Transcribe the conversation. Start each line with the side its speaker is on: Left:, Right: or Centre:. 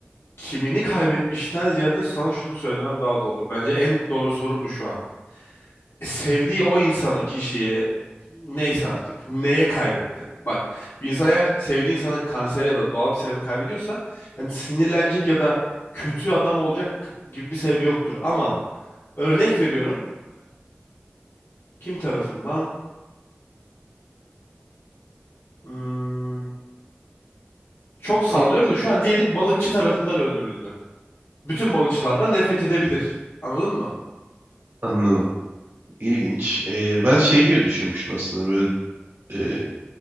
Left: Kimini kaybetmişten ziyade sana şunu söylemem daha doğru olur. Bence en doğru soru bu şu an. Sevdiği o insanı, kişiyi neyse artık neye kaybetti? Bak bir insan eğer sevdiği insanı kanser ya da doğal bir sebebi kaybediyorsa hani sinirlenecek ya da kötü adam olacak gibi bir sebebi yoktur. Ama örnek veriyorum. Kim tarafından? Hmm, çok sallıyorum
Right: Hı,
Left: da şu an diyelim balıkçı tarafından öldürüldü. Bütün balıkçılardan nefret edebilir. Anladın mı?
Right: Anladım. İlginç. E, ben şey gibi düşünmüşüm aslında böyle e,